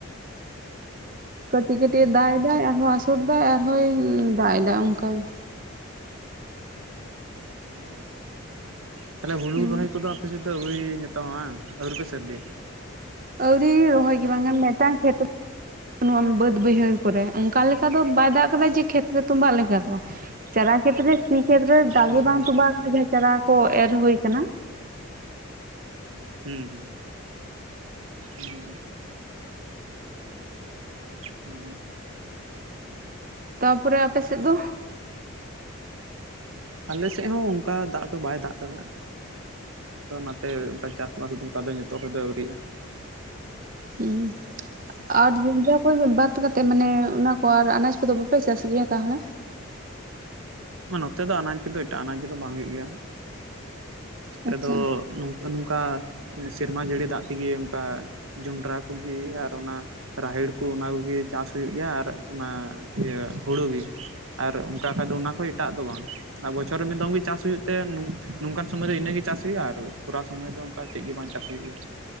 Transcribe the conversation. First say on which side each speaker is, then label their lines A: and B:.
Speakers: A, on the right (about 40°); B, on the right (about 75°).
A: ᱠᱟᱹᱴᱤᱡ ᱠᱟᱹᱴᱤᱡ ᱮ ᱫᱟᱜ ᱮᱫᱟ ᱟᱨᱦᱚᱸ ᱟᱥᱚᱴ ᱮᱫᱟ ᱟᱨᱦᱚᱸᱭ ᱫᱟᱜ ᱮᱫᱟ ᱚᱱᱠᱟᱜᱮ
B: ᱚ ᱛᱟᱦᱚᱞᱮ ᱦᱩᱲᱩ
A: ᱦᱩᱸ
B: ᱨᱚᱦᱚᱭ ᱠᱚᱫᱚ ᱟᱯᱮ ᱥᱮᱫ ᱫᱚ ᱟᱹᱣᱨᱤ ᱧᱤᱛᱚᱜ ᱦᱟᱝ ᱟᱹᱣᱨᱤᱯᱮ ᱥᱟᱨᱫᱤᱭᱟ
A: ᱟᱣᱨᱤ ᱨᱚᱦᱚᱭ ᱜᱮ ᱵᱟᱝ ᱢᱤᱫᱴᱟᱝ ᱠᱷᱮᱛ ᱱᱚᱣᱟ ᱵᱟᱹᱫᱽ ᱵᱟᱹᱭᱦᱟᱹᱲ ᱠᱚᱨᱮ ᱚᱱᱠᱟ ᱞᱮᱠᱟ ᱫᱚ ᱵᱟᱭ ᱫᱟᱜ ᱠᱟᱫᱟ ᱡᱮ ᱠᱷᱮᱛᱨᱮ ᱛᱩᱢᱵᱟᱜ ᱞᱮᱠᱟ ᱫᱚ᱾ ᱪᱟᱨᱟ ᱠᱷᱮᱛᱨᱮ ᱥᱤ ᱠᱷᱮᱛᱨᱮ ᱫᱟᱜᱮ
B: ᱦᱩᱸ
A: ᱵᱟᱝ
B: ᱦᱩᱸ
A: ᱛᱚᱵᱟᱣ ᱟᱠᱟᱱᱟ ᱡᱟᱦᱟᱸ ᱪᱟᱨᱟ ᱠᱚ ᱮᱨ ᱦᱳᱭ ᱟᱠᱟᱱᱟ
B: ᱦᱮᱸ ᱦᱮᱸ ᱚ ᱦᱮᱸ
A: ᱛᱟᱯᱚᱨᱮ ᱟᱯᱮᱮᱥᱮᱜ ᱫᱚ
B: ᱟᱞᱮ ᱥᱮᱫ ᱦᱚᱸ ᱚᱱᱠᱟ ᱫᱟᱜ ᱫᱚ ᱵᱟᱭ ᱫᱟᱜ ᱠᱟᱫᱟ ᱟᱫᱚ ᱱᱟᱛᱮ ᱚᱱᱠᱟ ᱪᱟᱥ ᱚᱱᱠᱟ ᱫᱚ ᱱᱤᱛᱳᱜ ᱫᱚ ᱱᱤᱛᱚᱜ ᱠᱷᱚᱱ ᱫᱚ ᱟᱹᱣᱨᱤᱜᱼᱟ
A: ᱦᱩᱸ ᱟᱨᱴ ᱫᱤᱱ ᱡ <inaudible> ᱚᱠᱚᱭ ᱵᱟᱫ ᱠᱟᱛᱮ ᱢᱟᱱᱮ ᱚᱱᱟ ᱠᱚ ᱟᱨ ᱟᱱᱟᱡᱽ ᱠᱚᱫᱚ ᱵᱟᱯᱮ ᱪᱟᱥ ᱜᱮᱭᱟ ᱛᱟᱦᱚᱞᱮ
B: ᱱᱚᱛᱮ ᱫᱚ ᱟᱱᱟᱡ ᱠᱚᱫᱚ ᱮᱴᱟᱜ ᱟᱱᱟᱡ ᱠᱚᱫᱚ ᱵᱟᱝ ᱦᱩᱭᱩᱜ ᱜᱮᱭᱟ ᱱᱚᱛᱮ
A: ᱟᱪᱪᱷᱟ
B: ᱫᱚ ᱱᱚᱝᱠᱟ ᱥᱮᱨᱢᱟ ᱡᱟᱹᱲᱤ ᱫᱟᱜ ᱛᱮᱜᱮ ᱱᱚᱚᱱᱠᱟ ᱡᱚᱱᱰᱨᱟ ᱠᱚᱜᱮ ᱟᱨ ᱚᱱᱟ ᱨᱟᱦᱮᱲ ᱠᱚ ᱚᱱᱟ ᱠᱚᱜᱮ ᱪᱟᱥ ᱦᱩᱭᱩᱜ ᱜᱮᱭᱟ ᱟᱨ ᱚᱱᱟ ᱤᱭᱟᱹ ᱦᱩᱲᱩᱜᱮ ᱟᱨ ᱚᱱᱠᱟ ᱠᱷᱟᱱ ᱫᱚ ᱚᱱᱟ ᱠᱷᱚᱡ ᱮᱴᱟᱜ ᱫᱚ ᱵᱟᱝ ᱟᱨ ᱵᱚᱪᱷᱚᱨ ᱨᱮ ᱢᱤᱫᱢ ᱜᱮ ᱪᱟᱥ ᱦᱩᱭᱩᱜ ᱛᱮ ᱱᱚᱝᱠᱟᱱ ᱥᱚᱢᱚᱭ ᱫᱚ ᱤᱱᱟᱹᱜᱮ ᱪᱟᱥ ᱦᱩᱭᱩᱜᱼᱟ ᱟᱨ ᱠᱷᱚᱨᱟ ᱥᱚᱢᱚᱭ ᱫᱚ ᱚᱱᱠᱟ ᱪᱮᱜ ᱜᱮ ᱵᱟᱝ ᱪᱟᱥ ᱦᱩᱭᱩᱜᱜᱮᱭᱟ